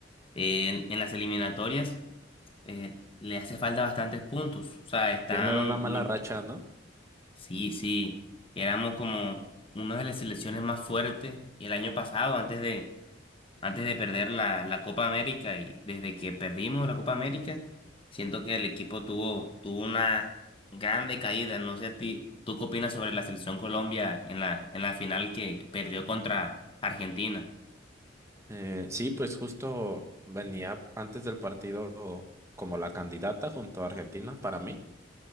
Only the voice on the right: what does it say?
Viene de una mala
racha, ¿no?
Eh, sí, pues justo venía antes del partido como la candidata junto a Argentina para mí